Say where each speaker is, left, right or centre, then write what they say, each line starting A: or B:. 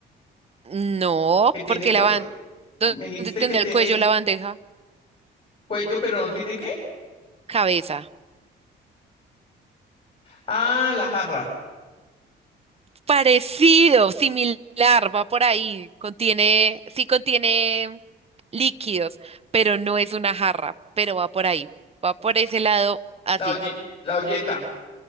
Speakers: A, on the right; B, on the left.
A: no,
B: que tiene
A: porque
B: cuello.
A: la ban- ¿dónde
B: Me dijiste
A: tendría
B: que tiene
A: el cuello la bandeja?
B: cuello, pero no tiene qué.
A: Cabeza.
B: Ah, la jarra,
A: Parecido, similar, va por ahí. Contiene, sí contiene líquidos, pero no es una jarra, pero va por ahí. Va por ese lado así.
B: la oye- la olleta.